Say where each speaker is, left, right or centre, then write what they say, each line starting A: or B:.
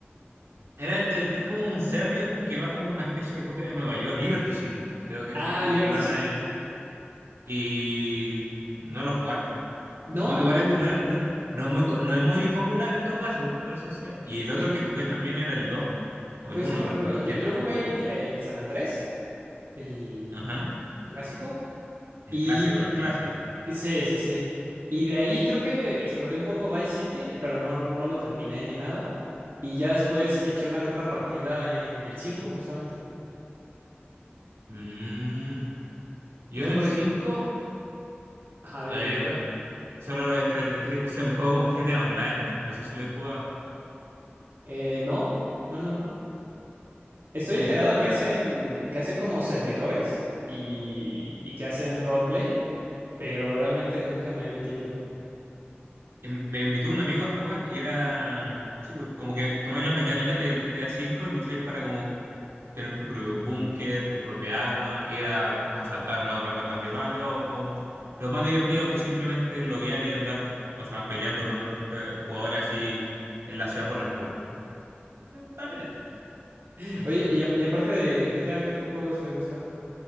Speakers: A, on the right; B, on the right.
A: Era el de, que es como un serbio que va como una especie de copia de Nueva York, Liberty City, creo que
B: Ah,
A: sí, y
B: Liberty
A: van
B: City.
A: ahí, y ¿no lo jugaste?
B: No,
A: Bueno,
B: no,
A: igual
B: no.
A: es- no, era- no, no es muy, co- no es muy popular en todo caso, por eso decía. Y el
B: Pues,
A: otro que jugué también era el 2 o
B: pues
A: el uno
B: es que, por ejemplo,
A: los
B: yo,
A: que están,
B: yo jugué el, cl- el San Andrés, el
A: ajá,
B: clásico,
A: el
B: y
A: clásico de los clásicos.
B: Sí, sí, sí. Y de ahí creo que exploré un poco Vice City, pero no, no lo terminé ni nada. Y ya después eché una que otra partida en el 5 justamente.
A: Mm. Yo
B: Y que
A: en
B: por...
A: el cinco
B: ej- Ajá, dime,
A: Eh,
B: dime.
A: bueno, solo lo que creo que <laughs> se lo juego como GTA Online, no sé si lo he jugado.
B: Eh, no, no, no, no. Estoy
A: Eh,
B: enterado
A: bueno,
B: que hacen, que hacen como servidores y, y que hacen roleplay, pero realmente nunca me he metido.
A: y me invitó un amigo a jugar y era sí, pues, como que tomáis las mecánicas del GTA V y lo usáis para como tener tu propio búnker, tu propia arma, ir a asaltar a las otras bandas rivales o, o lo más divertido que es simplemente loguear y andar cosas peleando con otros pe- jugadores así en la ciudad por las puras. Eh, Para pelear.
B: <laughs> Oye, y, a- y aparte de GTA, ¿qué otros juegos te gusta?